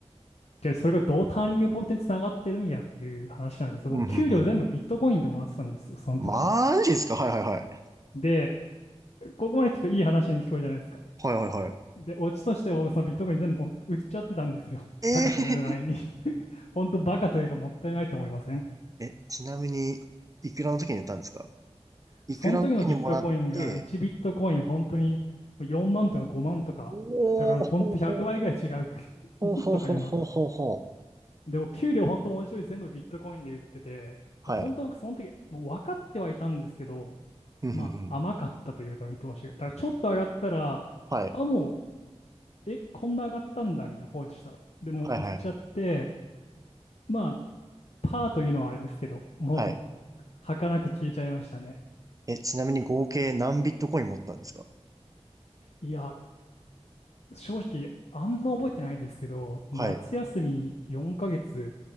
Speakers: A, on the left (about 75°); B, on the right (about 30°).
A: で、それがどうターニングポイントにつながってるんやっていう話なんですけど、
B: うん、
A: 僕、給料全部ビットコインでもらってたんですよ、
B: ふんふん。
A: その時。
B: マジですかはいはいはい。
A: で、ここまで聞くといい話に聞こえるじゃないですか。
B: はいはいはい。
A: で、オチとして僕、そのビットコイン全部売っちゃってたんですよ。
B: え
A: 高くなる前に。<laughs> 本当バカというかもったいないと思いません
B: ー、<laughs> え、ちなみに、いくらの時に言ったんですかいくらの時にもらって、
A: その時のビットコインが1ビットコイン本当に4万とか5万とか、
B: おー、
A: だからもう本当100倍ぐらい違う。
B: ほうほう、
A: <laughs>
B: ほうほうほうほうほうほう。
A: もっとか今。でも給料本当文字通り全部ビットコインで言ってて、
B: はい。
A: 本当僕その時もう分かってはいたんですけど、
B: うん、
A: まあ甘かったというか見通しが。
B: ふんふん。
A: だからちょっと上がったら、
B: はい。
A: あ、もう、え、こんな上がったんだみたいな放置したら。でもう売っちゃって、
B: はいはい。
A: まあパーというのはあれですけど、もう
B: はい。
A: 儚く消えちゃいましたね。
B: え、ちなみに合計何ビットコイン持ったんですか
A: いや、正直、あんま覚えてないですけど、夏休み4ヶ月、
B: はい。